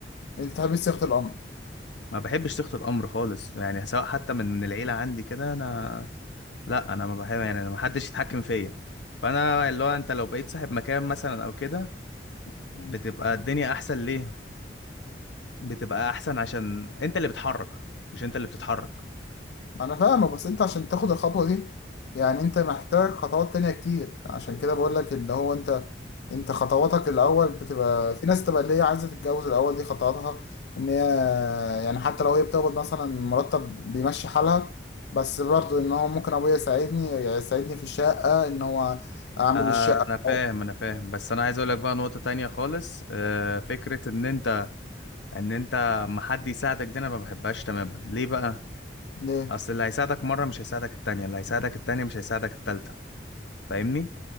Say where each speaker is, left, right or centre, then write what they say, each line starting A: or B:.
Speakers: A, on the left; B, on the left.
A: انت تحب صيغه الامر
B: ما بحبش تخت الامر خالص يعني سواء حتى من من العيله عندي كده انا لا انا ما بحب يعني أنا ما حدش يتحكم فيا فانا اللي هو انت لو بقيت صاحب مكان مثلا او كده
A: ايوه
B: بتبقى الدنيا احسن ليه بتبقى احسن عشان انت اللي بتحرك مش انت اللي بتتحرك
A: انا فاهمك بس انت عشان تاخد الخطوه دي يعني انت محتاج خطوات تانية كتير عشان كده بقول لك اللي هو انت انت خطواتك الاول بتبقى في ناس تبقى اللي هي عايزه تتجوز الاول دي خطواتها ان هي يعني حتى لو هي بتقبض مثلا مرتب بيمشي حالها بس برضه ان هو ممكن ابويا يساعدني يساعدني في الشقه ان هو اعمل
B: آه
A: الشقه
B: انا فاهم
A: أو-
B: انا فاهم بس انا عايز اقول لك بقى نقطه تانية خالص آه فكره ان انت ان انت ما حد يساعدك دي انا ما بحبهاش تماما ليه بقى
A: ليه
B: اصل اللي هيساعدك مره مش هيساعدك التانية اللي هيساعدك التانية مش هيساعدك التالتة فاهمني